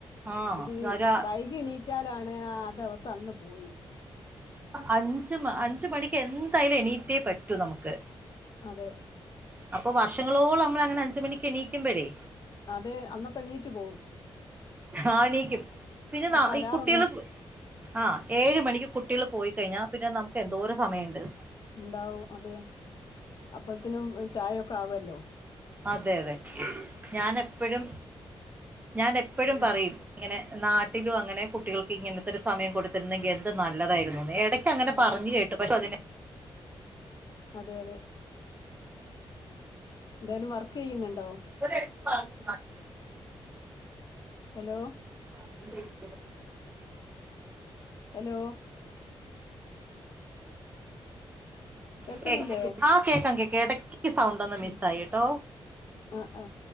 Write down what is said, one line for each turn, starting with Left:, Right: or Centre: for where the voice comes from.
Right: ആ
Left: ഇത് വൈകി എണീറ്റാലാണ് ആ ദിവസം അന്ന് പോയി.
Right: അഞ്ച് അഞ്ച് മണിക്ക് എന്തായാലും എണീറ്റേ പറ്റൂ നമുക്ക്.
Left: അതെ
Right: അപ്പൊ വർഷങ്ങളോളം നമ്മൾ അങ്ങനെ അഞ്ച് മണിക്ക് എണീക്കുമ്പഴേ
Left: അതെ അന്നപ്പം എണീറ്റ് പോവും
Right: ആഹ് എണീക്കും പിന്നെ ന
Left: അപ്പൊ അലാറൊന്നും
Right: ഈ കുട്ടികൾ ആ ഏഴ് മണിക്ക് കുട്ട കുട്ട്യാള്പോയി കഴിഞ്ഞാ പിന്നെ നമുക്ക്ന്തോര സമയണ്ട്
Left: ഉണ്ടാവും അതെ അപ്പഴത്തിനും ചായൊക്കെ ആവല്ലോ?
Right: അതെ അതെ ഞാൻ എപ്പഴും ഞൻ എപ്പഴും
Left: ഉം,
Right: പറയും. ഇങ്ങനെ നാട്ടിലും അങ്ങനെ കുട്ടികൾക്ക് ഇങ്ങനത്തെ ഒരു സമയം കൊടുത്തിരുന്നെങ്കിൽ എന്ത് നല്ലതായിരുന്നു എട ക്കങ്ങനെ
Left: അതെ
Right: പറഞ്ഞ് കേട്ടു പക്ഷെ അതിനെ
Left: അതെ അതെ എന്തായാലും വർക്ക് ചെയ്യുന്നുണ്ടോ?
Right: <unintelligible>
Left: ഹലോ
Right: ശ ശ <inaudible>
Left: ഹലോ കേൾക്കുന്നില്ലേ
Right: കേ ആ കേക്കാം കേക്ക എടക്ക് സൗണ്ട് ഒന്ന് മിസ്
Left: ഉം
Right: ആയിട്ടോ
Left: ആ ആ